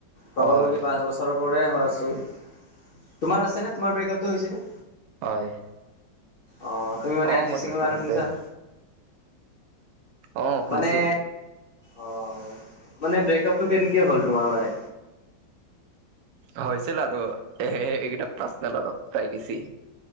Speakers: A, on the left; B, on the right.
A: কব
B: হয়
A: গলি পাঁচ বছৰ <unintelligible> পৰা হয় আছো তোমাৰ আছে নে তোমাৰ ব্ৰেকআপ টো হৈছেনে?
B: হয়
A: অ, তুমি মানে
B: অ
A: অৰজিত
B: মোৰ
A: সিঙৰ
B: ব্ৰেকআপ
A: গানে
B: হৈছে
A: শুনিছা?
B: অ, শুনিছো।
A: মানে অ মানে ব্ৰেকআপ টো কেনকে হ'ল তোমাৰ মানে?
B: হৈছিল আৰু <unintelligible> এইকেইটা পাৰ্চনেল অলপ প্ৰাইভেচি।